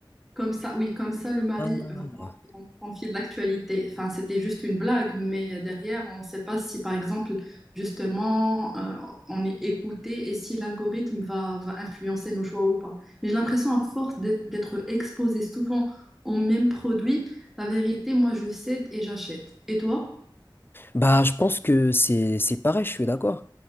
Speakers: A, in the centre; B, on the left (about 25°).
A: Comme ça, oui, comme ça, le mari
B: Ah.
A: va s'enfier de l'actualité. Enfin, c'était juste une blague, mais euh, derrière, on ne sait pas si, par exemple, justement, euh, on est écouté et si l'algorithme va, va influencer nos choix ou pas. Mais j'ai l'impression, à force d'être d'être exposé souvent aux mêmes produits, la vérité, moi, je cède et j'achète. Et toi,
B: Bah, je pense que c'est c'est pareil, je suis d'accord.